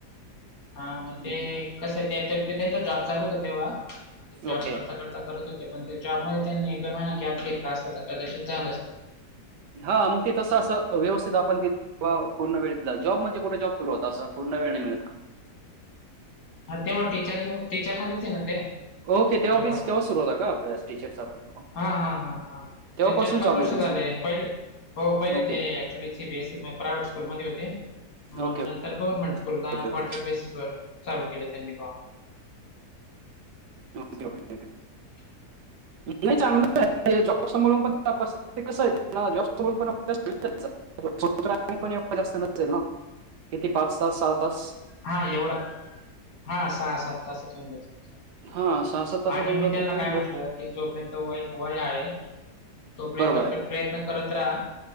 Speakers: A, on the left (about 60°); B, on the right (about 85°).
A: हा मग ते
B: हं,
A: कसय ते त्यांचा त्यांचा जॉब चालू होता तेव्हा मग ते जॉब
B: ओके.
A: करता करता करत होते पण त्या जॉबमध्ये त्यांनी एक दोन महिने गॅप घेतला असता तर कदाचित झाल असत.
B: हा मग ते तस अस व्यवस्थित आपण पूर्ण वळेतला जॉब म्हणजे कठे जॉब सुरू होता अस पूर्ण वेळ नाही मिळत.
A: हां तेव्हा टीचर टीचरमध्येचय ना ते
B: ओके
A: तेव्हापास
B: तेव्हा ऑफिस तेव्हा सुरू होता का अभ्यास टीचरचा पण.
A: हां हां हां
B: तेव्हापासून
A: ते चार पाच
B: चालू
A: वर्ष
B: आहे यांचं?
A: झाले पहिले हो पहिले
B: ओके,
A: ते ऍक्च्युली सीबीएसई प्रायव्हेट स्कूलमध्ये होते मग
B: ओके,
A: नंतर गव्हर्मेंट स्कूलला
B: ओके, ओके.
A: कॉन्ट्रॅक्ट बेसिस वर. चालू केल त्यांनी काम. <inaudible>
B: Okay, okay, okay. नाही चांगलंच आहे. जॉब समोरून पण <unintelligible> कस आहे जॉब समोर पण <unintelligible> <unintelligible> पण एवढं जास्त जास्त नसेल ना किती पाच-सहा सहा तास.
A: हां एवढं हां सहा सात तासात होऊन जातं.
B: हां सहा सात तासात
A: आणि
B: होऊन
A: मी
B: जातो
A: त्यांना
B: तुम्ही
A: काय म्हटलं
B: घर
A: की जोपर्यंत वय वय आहे तोपर्यंत
B: बरोबर आहे
A: प्रयत्न करत राहा.